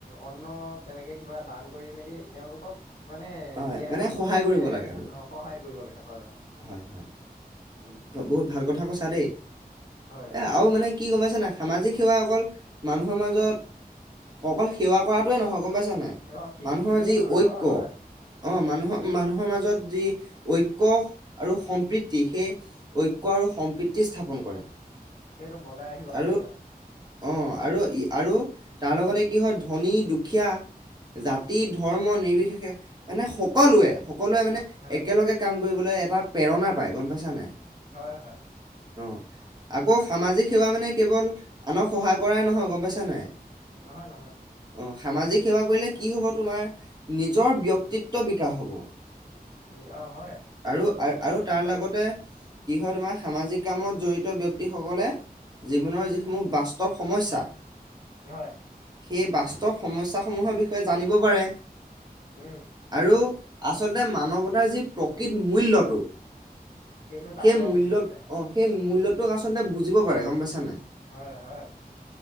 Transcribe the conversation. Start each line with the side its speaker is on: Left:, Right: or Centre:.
Left: অন্ন তেনেকে কিবা দান কৰি মেলি, তেওঁলোকক মানে
Right: হয়
Left: জীয়াই
Right: মানে
Left: থাকিবলৈ
Right: সহায়
Left: মানে
Right: কৰিব লাগে আৰু
Left: অ সহায় কৰিব লাগে, হয় হয়।
Right: হয় হয়,
Left: উম
Right: বহুত ভাল কথা কৈছা দেই।
Left: হয়।
Right: এই আৰু মানে কি গম পাইছা নে নাই, সামাজিক সেৱা অকল মানুহৰ মাজত অকল সেৱা কৰাটোৱে নহয় গম পাইছা নে নাই,
Left: অ সেই
Right: মানুহৰ
Left: সেইটোয়ে
Right: যি
Left: নহয়
Right: ঐক্য
Left: হয় হয়
Right: অ' মানুহৰ মানুহৰ মাজত যি ঐক্য আৰু সম্প্ৰীতি সেই ঐক্য আৰু সম্প্ৰীতি স্থাপন কৰে।
Left: সেইটো বজাই ৰাখিব
Right: আৰু
Left: লাগে হয়।
Right: অ আৰু আৰু তাৰ লগতে কি হয় ধনী- দুখীয়া।
Left: উম
Right: জাতি, ধৰ্ম, নিৰ্বিশেষে, মানে সকলোৱে সকলোৱে মানে
Left: হয়
Right: একেলগে কাম কৰিবলৈ এটা প্ৰেৰণা পায় গম পাইছা নাই।
Left: হয় হয়।
Right: অ আকৌ সামাজিক সেৱা মানে কেৱল, আনক সহায় কৰাই নহয় গম পাইছা নাই।
Left: নহয়-নহয়।
Right: অ', সামাজিক সেৱা কৰিলে কি হ'ব তোমাৰ, নিজৰ ব্যক্তিত্ব বিকাশ হ'ব।
Left: নি অ হয়
Right: আৰু, আৰু
Left: সেইটো
Right: তাৰ
Left: হয়েই
Right: লগতে কি হয় তোমাৰ সামাজিক কামত জড়িত ব্যক্তিসকলে, জীৱনৰ যিসমূহ বাস্তৱ সমস্যা,
Left: হয়।
Right: সেই বাস্তৱ সমস্যাসমূহৰ বিষয়ে জানিব পাৰে।
Left: উম।
Right: আৰু, আচলতে মানৱতাৰ যি প্ৰকৃত মূল্যটো,
Left: সেইটো তাৰ
Right: সেই
Left: পৰা
Right: মূল্যত
Left: বুজিব পাৰে
Right: অ', সেই মূল্যটোক আচলতে বুজিব পাৰে গম পাইছা নাই।
Left: হয়, হয়।